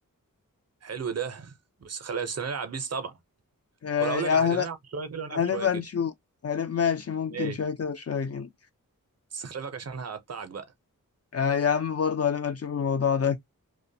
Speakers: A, on the right; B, on the left.
A: حلو ده بس خلاص بس نلعب بيس طبعا
B: آه،
A: ولا اقول
B: يعني
A: لك على حاجه
B: هن-
A: نلعب شويه كده ونلعب
B: هنبقى
A: شويه كده
B: نشوف هنبقى ماشي ممكن
A: ماشي
B: شويه كده وشويه كده
A: بس خلي بالك عشان هقطعك بقى
B: آه، يا عم برضه هنبقى نشوف الموضوع ده